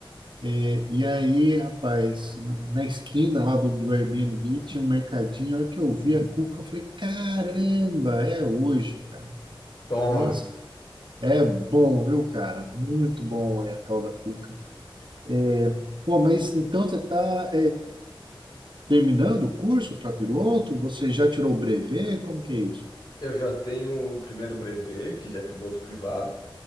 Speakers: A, on the right; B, on the left.
A: É, e aí, rapaz, na na esquina lá do, do Airbnb tinha um mercadinho. A hora que eu vi a cuca, eu falei: caramba, é hoje, cara.
B: Tome.
A: Nossa, é bom, viu, cara? Muito bom é a tal da cuca. É, Pô, mas então você está terminando o curso para piloto? Você já tirou o brevet? Como que é isso?
B: Eu já tenho o primeiro brevet, que já é piloto privado.